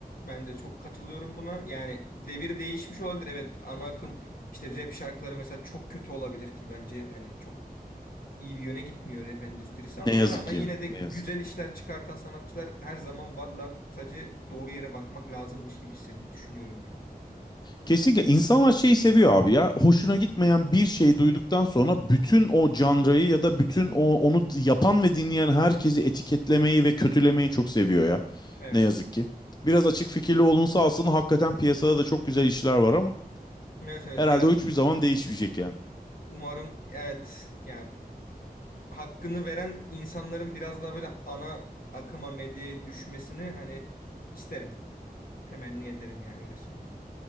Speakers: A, on the left (about 65°); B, on the left (about 25°).
A: Ben de çok katılıyorum buna. Yani devir değişmiş olabilir. Evet, ana akım işte rap şarkıları mesela çok kötü olabilir ki bence hani çok iyi bir yöne gitmiyor rap endüstrisi
B: Ne
A: ama ona
B: yazık
A: rağmen
B: ki
A: yine
B: ya.
A: de güzel
B: Ne yazık.
A: işler çıkartan sanatçılar her zaman varlar. Sadece doğru yere bakmak lazımmış gibi hissed- düşünüyorum ben.
B: Kesinlikle insanlar şeyi seviyor abi ya. Hoşuna gitmeyen bir şey duyduktan sonra bütün o janrayı ya da bütün o onu yapan ve dinleyen herkesi etiketlemeyi ve kötülemeyi çok seviyor ya.
A: Evet.
B: Ne yazık ki. Biraz açık fikirli olunsa aslında hakikaten piyasada da çok güzel işler var ama
A: Evet evet.
B: herhalde
A: Ya
B: o hiçbir zaman değişmeyecek yani.
A: umarım evet. Yani hakkını veren insanların biraz daha böyle ana akıma medyaya düşmesini hani isterim. Temenni ederim yani öyle söyleyeyim.